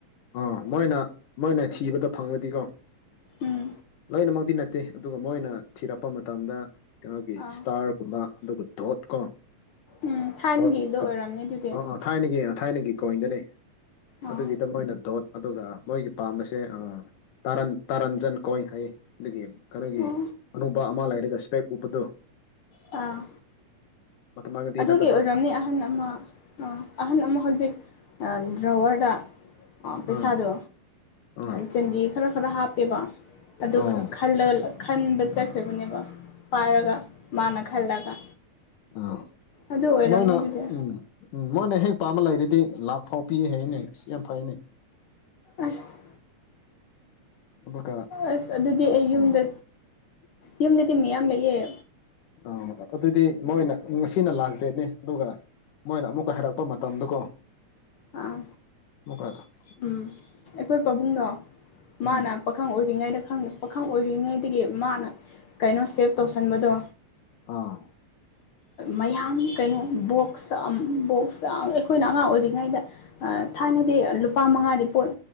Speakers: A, on the left; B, on the left.
A: ꯑ ꯃꯣꯏꯅ ꯃꯣꯏꯅ ꯊꯤꯕꯗ ꯐꯪꯉꯗꯤꯀꯣ
B: ꯎꯝ
A: ꯂꯣꯏꯅꯃꯛꯇꯗꯤ ꯅꯠꯇꯦ ꯑꯗꯨꯒ ꯃꯣꯏꯅ ꯊꯤꯔꯛꯄ ꯃꯇꯝꯗ ꯀꯩꯅꯣꯒꯤ
B: ꯑꯥ
A: ꯏꯁꯇꯥꯔ ꯒꯨꯝꯕ ꯑꯗꯨꯒ ꯗꯣꯠ ꯀꯣ
B: ꯎꯝ ꯊꯥꯏꯅꯒꯤꯗꯣ
A: ꯗꯣꯠ
B: ꯑꯣꯏꯔꯝꯅꯤ ꯑꯗꯨꯗꯤ
A: ꯑꯥꯑꯥ ꯊꯥꯏꯅꯒꯤ ꯊꯥꯏꯅꯒꯤ ꯀꯣꯏꯟꯗꯅꯤ
B: ꯑꯥ
A: ꯑꯗꯨꯒꯤꯗ ꯃꯣꯏꯅ ꯗꯣꯠ ꯑꯗꯨꯒ ꯃꯣꯏꯒꯤ ꯄꯥꯝꯕꯁꯦ ꯇꯔꯟ ꯇꯔꯟꯖꯟ ꯀꯣꯏ ꯍꯥꯏꯌꯦ ꯑꯗꯨꯒꯤ ꯀꯩꯅꯣꯒꯤ
B: ꯑꯣ
A: ꯑꯅꯧꯕ ꯑꯃ ꯂꯩꯔꯒ ꯁ꯭ꯄꯦꯛ ꯎꯞꯄꯗꫭ
B: ꯑꯥ
A: ꯃꯇꯝꯃꯒꯗꯤ
B: ꯑꯗꯨꯒꯤ
A: ꯅꯠꯇꯕ
B: ꯑꯣꯏꯔꯝꯅꯤ ꯑꯍꯟ ꯑꯃ ꯑꯍꯟ ꯑꯃ ꯍꯧꯖꯤꯛ ꯗ꯭ꯔꯋꯔꯗ ꯄꯩꯁꯥꯗꯣ
A: ꯑꯥ ꯑꯥ
B: ꯆꯟꯗꯤ ꯈꯔ ꯈꯔ ꯍꯥꯞꯄꯦꯕ ꯑꯗꯨ
A: ꯑꯥ
B: ꯈꯜꯂꯒ ꯈꯟꯕ ꯆꯠꯈ꯭ꯔꯤꯕꯅꯦꯕ ꯄꯥꯏꯔꯒ ꯃꯥꯅ ꯈꯜꯂꯒ
A: ꯑ
B: ꯑꯗꯨ ꯑꯣꯏꯔꯝꯅꯤ
A: ꯃꯧꯅ
B: ꯑꯗꯨꯗꯤ
A: ꯎꯝ ꯎꯝ ꯃꯣꯏꯅ ꯍꯦꯛ ꯄꯥꯝꯕ ꯂꯩꯔꯗꯤ ꯂꯥꯛ ꯐꯥꯎ ꯄꯤ ꯍꯥꯏꯅꯦ ꯑꯁ ꯌꯥꯝ ꯐꯩꯅꯦ
B: ꯑꯁ
A: ꯑꯗꯨꯒ
B: ꯑꯁ ꯑꯗꯨꯗꯤ ꯑꯩ ꯌꯨꯝꯗ
A: ꯎꯝ
B: ꯌꯨꯝꯗ ꯇꯤꯃꯤ ꯌꯥꯝ ꯂꯩꯑꯦ
A: ꯑ ꯑꯗꯨꯗꯤ ꯃꯣꯏꯅ ꯉꯁꯤꯅ ꯂꯥꯁ ꯗꯦꯠꯅꯤ ꯑꯗꯨꯒ ꯃꯣꯏꯅ ꯑꯃꯨꯛꯀ ꯍꯥꯏꯔꯛꯄ ꯃꯇꯝꯗꯨ ꯀꯣ
B: ꯑꯥ
A: <unintelligible>
B: ꯎꯝ ꯑꯩꯈꯣꯏ ꯄꯥꯕꯨꯡꯗꯣ
A: ꯎꯝ
B: ꯃꯥꯅ ꯄꯥꯈꯪ ꯑꯣꯏꯔꯤꯉꯩꯗ ꯈꯪꯗꯦ ꯄꯥꯈꯪ ꯑꯣꯏꯔꯤꯉꯩꯗꯒꯤ ꯃꯥꯅ ꯀꯩꯅꯣ ꯁꯦꯞ ꯇꯧꯁꯟꯕꯗꯣ
A: ꯑꯥ
B: ꯃꯌꯥꯝ ꯀꯩꯅꯣ ꯕꯣꯛꯁ ꯑꯝ ꯕꯣꯛꯁ ꯑ ꯑꯩꯈꯣꯏꯅ ꯑꯉꯥꯡ ꯑꯣꯏꯔꯤꯉꯩꯗ ꯑ ꯊꯥꯏꯅꯗꯤ ꯂꯨꯄꯥ ꯃꯉꯥꯗꯤ ꯄꯣꯠ